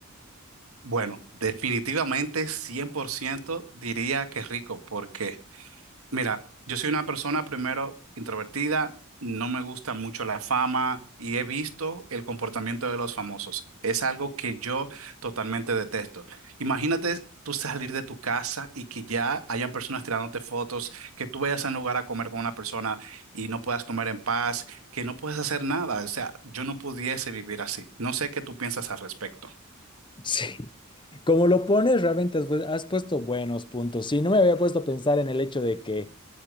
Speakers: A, on the right; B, on the left.
A: Bueno, definitivamente 100%, diría que rico, porque mira, yo soy una persona primero introvertida, no me gusta mucho la fama y he visto el comportamiento de los famosos. Es algo que yo totalmente detesto. Imagínate tú salir de tu casa y que ya hayan personas tirándote fotos, que tú vayas a un lugar a comer con una persona y no puedas comer en paz, que no puedes hacer nada. O sea, yo no pudiese vivir así. No sé qué tú piensas al respecto.
B: Sí, como lo pones, realmente has, pu- has puesto buenos puntos. Sí, no me había puesto a pensar en el hecho de que